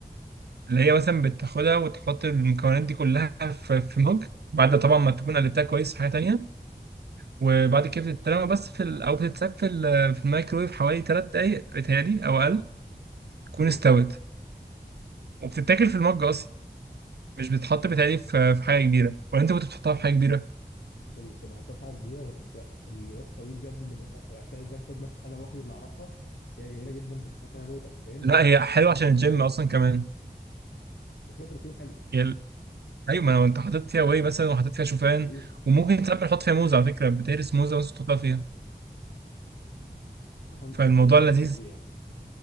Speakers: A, on the right; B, on the left.
A: اللي هي مثلا بتاخدها وتحط المكونات دي كلها في في مج بعد طبعا ما تكون
B: <laughs>
A: قلبتها كويس في حاجه تانيه وبعد كده بتترمى بس في ال... او بتتساب في ال... في الميكرويف حوالي 3 دقايق بتهيألي او اقل تكون
B: أمم.
A: استوت وبتتاكل في المج اصلا مش بتتحط بتهيألي في... في حاجه كبيره ولا انت كنت بتحطها في حاجه كبيره
B: كنت بحطها في حاجه كبيره بس الوصفه دي بجد اللي مش عارف عرفتها ازاي كنت بس انا لوحدي اللي اعرفها هي جميله جدا كنت بحط عليها بولة ايس كريم
A: لا هي حلوه
B: كان طعمها
A: عشان
B: بيبقى جامد
A: الجيم
B: قوي
A: اصلا كمان
B: وفيها بروتين حلو
A: هي ال- ايوه ما لو انت حاطط فيها واي مثلا وحاطط فيها شوفان
B: أمم.
A: وممكن ساعات بنحط فيها موز على فكره بتهرس موزه بس تحطها فيها
B: طعمها بيبقى
A: فالموضوع
B: بجد
A: لذيذ
B: فظيع